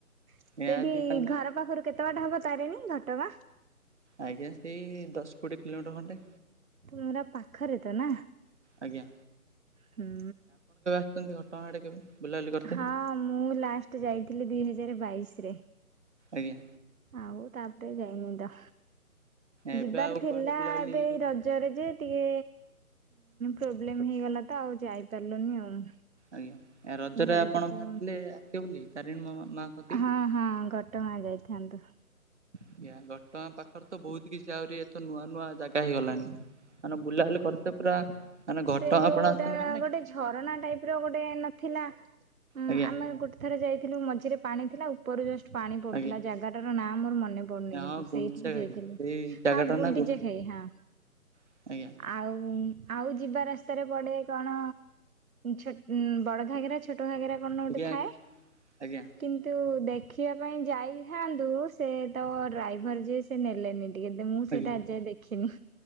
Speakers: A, on the right; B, on the right.
A: ସେଠି
B: ଏ ଆଜି ତାମାନେ
A: ଘର ପାଖରୁ କେ। କେତବାଟ ହବ ତାରେନି ଘଟଗାଁ।
B: ଆଜ୍ଞା ସେଇ ଦଶ କୋଡିଏ କିଲୋମିଟର ଖଣ୍ଡେ।
A: ପୁରା ପାଖରେ ତ ନା
B: ଆଜ୍ଞା
A: ହୁଁ।
B: କେମିତି ଘଟଗାଁ ଆଡ଼େ କେବେ ବୁଲାବୁଲି କରିତେ
A: ହଁ ମୁଁ ଲାଷ୍ଟେ ଯାଇଥିଲି ଦୁଇ ହଜାରେ ବାଇଶିରେ।
B: ଆଜ୍ଞା।
A: ଆଉ ତାପରେ ଯାଇନିତ
B: ଏବେ
A: ଯିବାର
B: ଆଉ
A: ଥିଲା
B: କୁଆଡେ ବୁଲାବୁଲି
A: ଏବେ ରଜ ରେଯେ ଟିକେ ପ୍ରୋବ୍ଲେମ୍ ହେଇଗଲା ତଆଉ ଯାଇପାରିଲୁନି ଆଉ।
B: ଆଜ୍ଞା ଆ ରଜରେ
A: ଘରେ
B: ଆପଣ
A: ଟିକେ
B: ଭାରିଥିଲେ ଆସିବେ ବୋଲି ତାରିଣୀ ମାଁଙ୍କ
A: ହଁ ହଁ ଘଟଗାଁ ଯାଇଥାନ୍ତୁ।
B: ଆଜ୍ଞା ଘଟଗାଁ ପାଖରେତ ବହୁତ୍ କିଛି ଆହୁରି ଏଥର ନୂଆ ନୂଆ ଜାଗା ହେଇଗଲାଣି। ମାନେ ବୁଲାବୁଲି କରତେ ପୁରା ମାନେ ଘଟଗାଁ
A: ସେଯୋଉଟା
B: ଆପଣ ଆସୁଛନ୍ତି ମାନେ
A: ଗୋଟେ ଝୁ ଝରଣା ଟାଇପର ଗୋଟେ ନଥିଲା ଉ
B: ଆଜ୍ଞା
A: ଆମେ ଗୋଟେ ଥରେ ଯାଇଥିଲୁ ମଝିରେ ପାଣି ଥିଲା ଉପରେ ଜଷ୍ଟ ପାଣି ପଡ଼ୁଥିଲା
B: ଆଜ୍ଞା
A: ଜାଗାଟାରନାଁ ମୋର ମନେ ପନି କିନ୍ତୁ
B: ହଁ ଗୁଣ୍ଡିଚା
A: ସେଇଠିକି
B: ଘାଇ
A: ଯାଇଥିଲି
B: ସେଇ ଜାଗାଟା
A: ହଁ ଗୁଣ୍ଡିଚଖାଇ
B: ନା
A: ହଁ।
B: ଆଜ୍ଞା
A: ଆଉ ଆଉ ଯିବା ରାସ୍ତାରେ ପଡ଼େ କଣ ଛୋ ବଡ଼ ଘାଗେରା ଛୋଟ ଘାଗେରା କଣ ଗୋଟେ
B: ଆଜ୍ଞା ଆଜ୍ଞା
A: ଥାଏ
B: ଆଜ୍ଞା
A: କିନ୍ତୁ ଦେଖି ଦେଖିବା ପାଇଁ ଯାଇଥାନ୍ତୁ ସେତ ଡ୍ରାଇଭର ଯିଏ ସେ ନେଲେନି। ଟିକେ ମୁଁ ସେଇଟା
B: ଆଜ୍ଞା
A: ଆଜିଜାଏ ଦେଖିନି